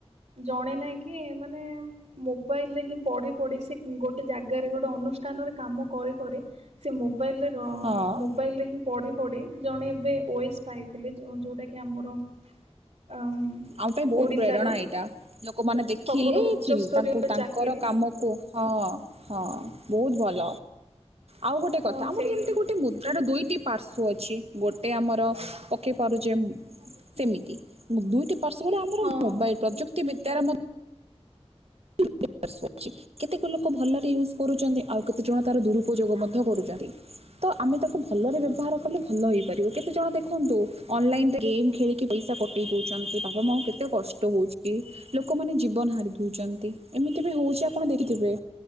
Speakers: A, on the right; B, on the right.
A: ଜଣେ ନାଇଁ କି ମାନେ ମୋବାଇଲ ରେ ହିଁ ପଢି ପଢି ସେ ଗୋଟେ ଜାଗାରେ ଗୋଟେ ଅନୁଷ୍ଠାନରେ କାମ କରି କରି ସେ ମୋବାଇଲି ର
B: ହଁ
A: ମୋ ମୋବାଇଲରେ ହିଁ ପଢି ପଢି ଜଣେ ଏବେ ଓଏସ୍ ପାଇଥିଲେ। ଯୋଉଟା କି ଆମର <unintelligible>
B: ଆମ ପାଇଁ ବହୁତ
A: ଓଡିଶାର
B: ପ୍ରେରଣା ଏଇଟା। ଲୋକମାନେ ଦେଖିଲେ
A: ସବୁଠୁ ଉଚ୍ଚସ୍ତରୀୟ
B: ଚୀନ୍ ତାଙ୍କୁ ତାଙ୍କର
A: ଚାକିରି
B: କାମକୁ ହଁ ହଁ ବହୁତ ଭଲ। ଆଉ ଗୋଟେ କଥା
A: ହଁ
B: ଆମର
A: ସେଇ
B: ଯେମିତି ଗୋଟେ ମୁଦ୍ରାର ଦୁଇଟି ପାର୍ଶ୍ୱ ଅଛି ଗୋଟେ ଆମର ପକାଇ ପାରୁଛେ ସେମିତି ମୁ ଦୁଇଟି ପାର୍ଶ୍ୟରେ ଆମର
A: ହଁ
B: ମୋବାଇଲ ପ୍ରଯୁକ୍ତି ବିଦ୍ୟାର <unintelligible> କେତେକ ଲୋକ ଭଲରେ ୟୁଜ୍ କରୁଛନ୍ତି ଆଉ କେତେଜଣ ତାର ଦୁରୁପଯୋଗ ମଧ୍ୟ କରୁଛନ୍ତି। ତ ଆମେ ତାକୁ ଭଲରେ ବ୍ୟବହାର କଲେ ଭଲ ହେଇପାରିବ କେତେ ଜଣ ଦେଖନ୍ତୁ ଅନଲାଇନ୍ ରେ ଗେମ୍ ଖେଳିକି କି ପଇସା କଟେଇ ଦଉଛନ୍ତି ବାପା ମାଆଙ୍କୁ କେତେ କଷ୍ଟ ହଉଛି ଲୋକମାନେ ଜୀବନ ହାରି ଦଉଛନ୍ତି। ଏମିତି ବି ହଉଛି ଆପଣ ଦେଖିଥିବେ